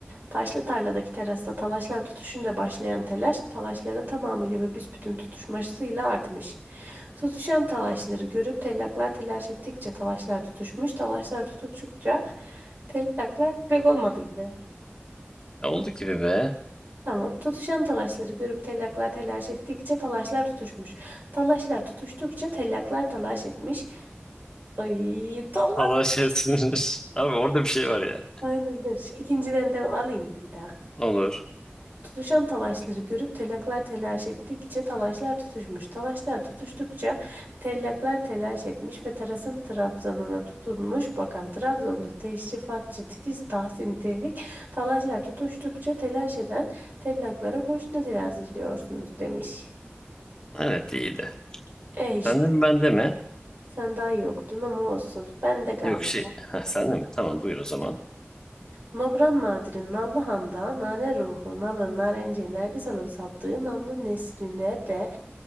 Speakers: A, on the right; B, on the left.
A: Taşlı tarladaki terasta talaşlar tutuşunca başlayan telaş, talaşların tamamıyla ve büsbütün tutuşmasıyla artmış. Tutuşan talaşları görüp tellaklar telaş ettikçe talaşlar tutuşmuş, talaşlar tutukçukça tellaklar pek olmadı gibi.
B: E, Oldu gibi be.
A: Tamam. Tutuşan talaşları görüp tellaklar telaş ettikçe talaşlar tutuşmuş. Talaşlar tutuştukça tellaklar talaş etmiş. Ay talaş.
B: Allah şey sinir. <laughs> Abi orada bir şey var ya.
A: Aynıdır. İkinciden devam alayım mı bir daha?
B: Olur.
A: Tutuşan talaşları görüp tellaklar telaş ettikçe talaşlar tutuşmuş. Talaşlar tutuştukça tellaklar telaş etmiş ve terasın trabzanına tutunmuş. Bakan Trabzonlu teşrifatçı Titiz Tahsin Tevfik talaşlar tutuştukça telaş eden tellaklara boşuna terazi izliyorsunuz demiş.
B: Evet iyiydi.
A: E işte
B: Sende mi bende mi?
A: sen daha iyi okudun ama olsun. Ben de galip.
B: Yok şey. Ha, sende mi? Tamam buyur o zaman.
A: Nobran Nadir'in Nallıhan'da nane ruhu, nalı, narenciye, nergis alıp sattığı namlı nesrine de